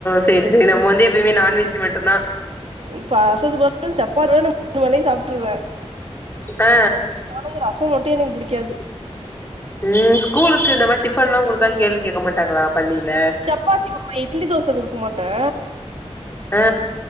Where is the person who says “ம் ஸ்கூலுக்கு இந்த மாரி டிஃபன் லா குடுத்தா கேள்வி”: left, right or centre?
Left